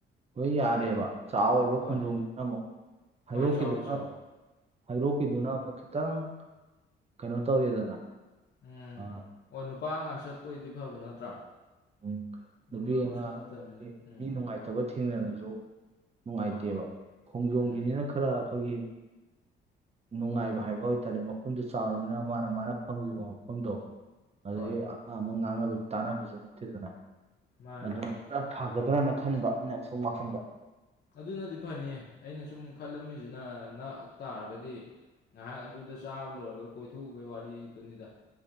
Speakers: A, on the right; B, on the left.
A: ꯂꯣꯏ ꯌꯥꯔꯦꯕ ꯆꯥꯎꯋꯦꯕ
B: ꯍꯣꯏ
A: ꯈꯣꯡꯖꯣꯝꯒꯤꯗꯨꯅ ꯑꯃꯨꯛ ꯍꯩꯔꯣꯛꯀꯤꯗꯨꯅ
B: ꯍꯣꯏ ꯆꯥꯎꯋꯤ ꯆꯥꯎꯋꯤ
A: ꯍꯩꯔꯣꯛꯗꯨꯅ ꯑꯃꯨꯛ ꯈꯤꯇꯪ ꯀꯩꯅꯣ ꯇꯧꯔꯦꯗꯅ
B: ꯎꯝ
A: ꯑꯥ,
B: ꯑꯣ ꯅꯨꯄꯥꯉꯥꯛ ꯆꯠꯄꯣꯏꯗꯤ ꯐꯕ ꯅꯠꯇ꯭ꯔꯥ
A: ꯎꯝ ꯅꯨꯄꯤ
B: ꯑꯗꯨꯃꯛꯁꯨ
A: ꯑꯉꯥꯡꯗꯨꯗꯗꯤ
B: ꯅꯠꯇꯕꯅꯤꯅ ꯎꯝ
A: ꯃꯤ ꯅꯨꯉꯥꯏ ꯐꯠꯇꯕ ꯊꯦꯡꯅꯔꯁꯨ ꯅꯨꯡꯉꯥꯏꯇꯦꯕ
B: ꯍꯣꯏ ꯍꯣꯏ
A: ꯈꯣꯡꯖꯣꯝꯒꯤꯅꯤꯅ
B: ꯎꯝ
A: ꯈꯔ ꯑꯩꯈꯣꯏꯒꯤ ꯅꯨꯡꯉꯥꯏꯕ ꯍꯥꯏꯕ ꯑꯣꯏꯇꯥꯔꯗꯤ ꯃꯐꯝꯗꯨ ꯆꯥꯎꯔꯕꯅꯤꯅ ꯃꯥꯅ ꯃꯥꯅ ꯐꯝꯈꯤꯕ ꯃꯐꯝꯗꯣ ꯑꯗꯨꯗꯩ
B: ꯍꯣꯏ
A: ꯑ ꯃꯥ ꯑꯃꯨꯛ ꯉꯥꯡꯅꯕ ꯇꯥꯟꯅꯕꯁꯨ ꯅꯠꯇꯦꯗꯅ
B: ꯃꯥꯅꯦ
A: ꯑꯗꯨꯅ
B: ꯃꯥꯅꯦ
A: ꯈꯔ ꯐꯒꯗ꯭ꯔꯅ ꯈꯟꯕ ꯑꯩꯅ ꯁꯨꯝ ꯋꯥꯈꯜꯗ
B: ꯑꯗꯨꯅꯗꯤ ꯐꯅꯤ ꯑꯩꯅ ꯁꯨꯝ ꯈꯜꯂꯝꯃꯤꯁꯤꯅ ꯅꯛ ꯇꯥꯔꯒꯗꯤ ꯉꯥꯏꯍꯥꯛ ꯑꯗꯨꯗ ꯆꯥꯕ ꯂꯣꯏꯔꯒ ꯀꯣꯏꯊꯣꯛꯎꯕꯩ ꯋꯥꯔꯤꯗꯨꯅꯤꯗ